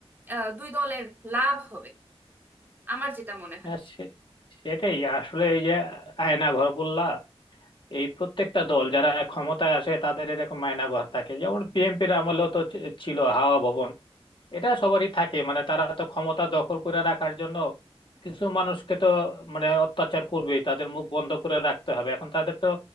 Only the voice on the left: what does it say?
হ্যাঁ সে- সেটাই আসলে এই যে আয়নাঘর বললা এই প্রত্যেকটা দল যারা ক্ষমতায় আসে তাদের এরকম আয়নাঘর থাকে যেমন বিএনপির আমলেও তো ছি- ছিল হাওয়া ভবন এটা সবারই থাকে মানে তারা তো ক্ষমতা দখল করে রাখার জন্য কিছু মানুষকে তো মানে অত্যাচার করবেই তাদের মুখ বন্ধ করে রাখতে হবে এখন তাদের তো